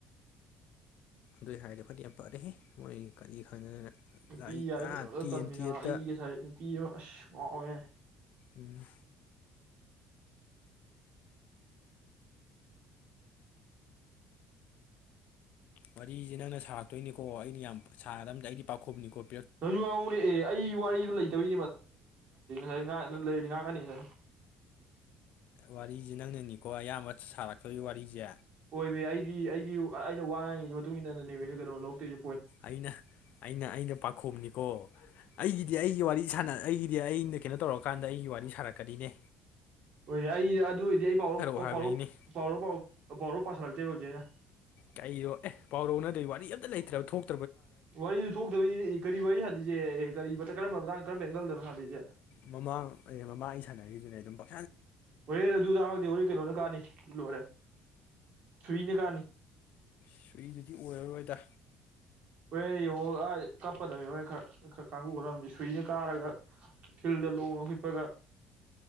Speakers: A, on the left; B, on the right.
A: ꯑꯗꯨꯏ ꯍꯥꯏꯔꯗꯤ ꯑꯩꯣꯏꯗꯤ ꯌꯥꯝ ꯐꯠꯔꯦ ꯃꯣꯏ ꯀꯠꯂꯤ ꯈꯪꯗꯅ
B: ꯅꯨꯄꯤ
A: ꯂꯥꯏꯔꯤꯛ
B: ꯌꯥꯔꯦ
A: ꯑꯥ
B: ꯐꯖ ꯐꯖ
A: ꯇꯦꯟ
B: ꯇꯝꯃꯤꯅ
A: ꯇꯨꯌꯦꯜꯞꯇ
B: ꯑꯩ ꯉꯁꯥꯏ ꯅꯨꯄꯤ ꯑꯃ ꯑꯁ ꯉꯥꯎ ꯌꯥ
A: ꯎꯝ ꯋꯥꯔꯤꯁꯦ ꯅꯪꯅ ꯁꯥꯔꯛꯇꯣꯏꯅꯤꯀꯣ ꯑꯩꯅ ꯌꯥꯝ ꯁꯥꯗ ꯑꯩꯗꯤ ꯄꯥꯈꯨꯝꯅꯤꯀꯣ
B: ꯅꯪꯁꯨꯉꯅꯦ ꯑꯦ ꯑꯩ ꯋꯥꯔꯤꯗ ꯂꯩꯇꯅꯦ ꯌꯒꯗ ꯂꯩꯔꯤ ꯀꯅꯤ ꯉꯁꯦ
A: ꯋꯥꯔꯤꯁꯦ ꯅꯪꯅꯅꯤꯀꯣ ꯑꯌꯥꯝꯕ ꯁꯥꯔꯛꯇꯣꯏꯒꯤ ꯋꯥꯔꯤꯁꯦ
B: ꯑꯣꯏꯃꯦ ꯑꯩꯒꯤ ꯑꯩꯒꯤ ꯑꯩꯅ ꯋꯥ ꯉꯥꯡꯉꯤꯒꯤ ꯃꯇꯨꯡ ꯏꯟꯅꯅꯦꯃꯤ ꯀꯩꯅꯣ ꯂꯧꯗꯣꯏꯁ
A: ꯑꯩꯅ ꯑꯩꯅ ꯑꯩꯅ ꯄꯥꯈꯣꯝꯅꯤꯀꯣ ꯑꯩꯒꯤꯗꯤ ꯑꯩꯒꯤ ꯋꯥꯔꯤ ꯁꯥꯟꯅ ꯑꯩꯒꯤꯗꯤ ꯑꯩꯅ ꯀꯩꯅꯣ ꯇꯧꯔꯀꯥꯟꯗ ꯑꯩꯒꯤ ꯋꯥꯔꯤ ꯁꯥꯟꯔꯛꯀꯗꯤꯅꯦ
B: ꯍ ꯑꯩ ꯑꯗꯨ ꯑꯣꯏꯔꯗꯤ ꯑꯩ ꯄꯥꯎꯥꯎꯥꯎꯔꯥꯎ
A: ꯍꯥꯏꯕꯅꯤꯅꯦ
B: ꯄꯥꯎꯔꯞ ꯄꯥꯁꯤꯜꯂꯛꯇꯦꯕ ꯍꯧꯖꯤꯛ ꯑꯩꯅ
A: ꯀꯗꯣ ꯑꯦ ꯄꯥꯎꯔꯧꯅꯗꯣꯏ ꯋꯥꯔꯤ ꯑꯝꯇ ꯂꯩꯇ꯭ꯔꯕ ꯊꯣꯛ
B: ꯋꯥꯔꯤꯗꯨ ꯊꯣꯛꯇꯕꯩ ꯀꯔꯤ ꯋꯥꯔꯤ ꯁꯥꯥꯟꯅꯁꯦ ꯀꯔꯤ ꯀꯔꯝꯕ ꯃꯇꯥꯡ ꯀꯔꯝꯕ ꯑꯦꯡꯒꯜꯗꯅꯣ ꯍꯥꯟꯅꯁꯦ
A: ꯃꯃꯥ ꯑꯩ ꯃꯃꯥ ꯑꯩ ꯁꯥꯟꯅꯔꯤꯗꯨꯅꯦ ꯑꯩ ꯑꯗꯨꯝ ꯄ
B: ꯍꯣꯔꯦꯟ ꯑꯗꯨ ꯇꯥꯗꯦ ꯍꯣꯔꯦꯟ ꯀꯩꯅꯣꯅ ꯀꯥꯅꯤ ꯂꯣꯏꯔꯦ ꯁꯨꯏꯅ ꯀꯥꯅꯤ
A: ꯁꯨꯏꯗꯨꯗꯤ ꯑꯣꯏꯔꯔꯣꯏꯗ
B: ꯍꯣꯔꯦꯟ ꯌꯦꯡꯉꯣ ꯀꯞꯄꯗꯕꯅꯤ ꯍꯣꯔꯦꯟ ꯈꯔ ꯈꯔ ꯀꯥꯡꯕꯨ ꯈꯔ ꯁꯨꯏꯅ ꯀꯥꯔꯒ ꯐꯤꯜ ꯂꯣꯡꯅ ꯍꯤꯞꯄꯒ